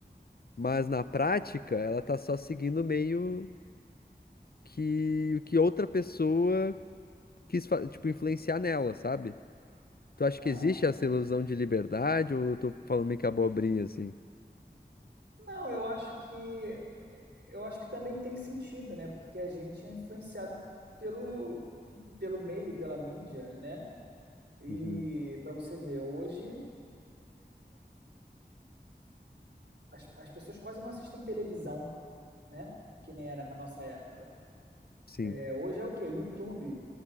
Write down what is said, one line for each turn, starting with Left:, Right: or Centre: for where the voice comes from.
Left: mas na prática ela está só seguindo meio que o que outra pessoa quis, fa- tipo, influenciar nela, sabe? Tu acha
Right: Ah,
Left: que existe
Right: sim.
Left: essa ilusão de liberdade ou eu tô falando meio que abobrinha assim?
Right: Não, eu acho que eu acho que também tem sentido, né? Porque a gente é influenciado pelo pelo meio, pela mídia, né? E
Left: Uhum,
Right: para você ver, hoje as, as pessoas quase não assistem televisão, né? Que nem era na nossa época.
Left: Sim.
Right: É, hoje é o quê? YouTube,